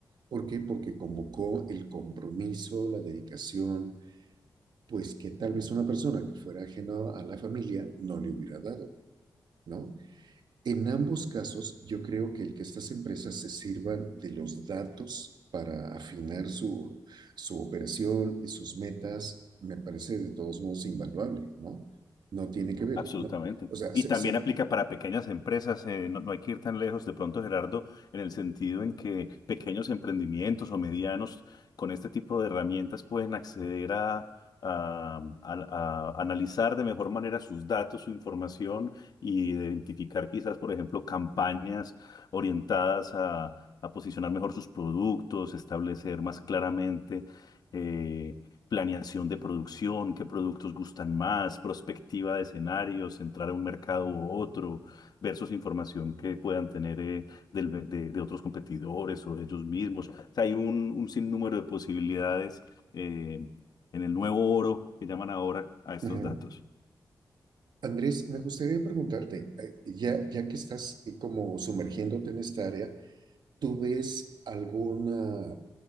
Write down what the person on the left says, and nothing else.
absolutamente.
Y
también
aplica para pequeñas empresas. eh, no, no hay que ir tan lejos de pronto, Gerardo, en el sentido en que pequeños emprendimientos o medianos con este tipo de herramientas pueden acceder a, a- a- a analizar de mejor manera sus datos, su información y identificar quizás, por ejemplo, campañas orientadas a, a posicionar mejor sus productos, establecer más claramente. eh, planeación de producción, qué productos gustan más, prospectiva de escenarios, entrar a un mercado u otro, versus información que puedan tener eh, del- de, de otros competidores o de ellos mismos. O sea, hay un, un sinnúmero de posibilidades eh, en el nuevo oro que llaman ahora a estos
datos.